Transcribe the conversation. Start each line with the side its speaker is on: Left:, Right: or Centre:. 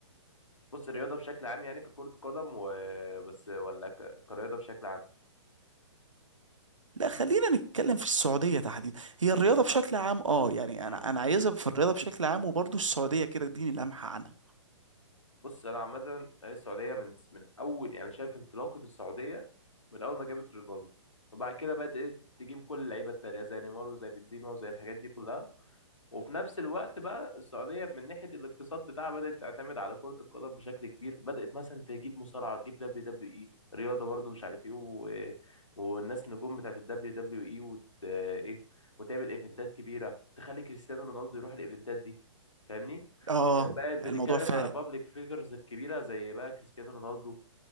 Left: بص الرياضه بشكل عام يعني ككره قدم وبس ولا ك... كرياضه بشكل عام
Right: لا خلينا نتكلم في السعودية تحديدا هي الرياضة بشكل عام اه يعني
Left: امم
Right: انا انا عايزها في الرياضة بشكل عام وبرضه السعودية كده اديني لمحة عنها
Left: بص انا عامه السعوديه من من اول يعني شايف انطلاقه السعوديه من اول ما جابت رونالدو وبعد كده بدات تجيب كل اللعيبه التانيه زي نيمار وزي بنزيما وزي الحاجات دي كلها وفي نفس الوقت بقى السعودية من ناحية الاقتصاد بتاعها بدأت تعتمد على كرة القدم بشكل كبير بدأت مثلا تجيب مصارعة تجيب دبليو دبليو اي رياضة برضو مش عارف ايه و... والناس نجوم بتاعت الدبليو دبليو اي وت... ايه وتعمل ايفنتات كبيرة تخلي كريستيانو رونالدو يروح الايفنتات دي فاهمني
Right: اه
Left: بقت بتتكلم
Right: الموضوع فارق
Left: على بابليك فيجرز الكبيرة زي بقى كريستيانو رونالدو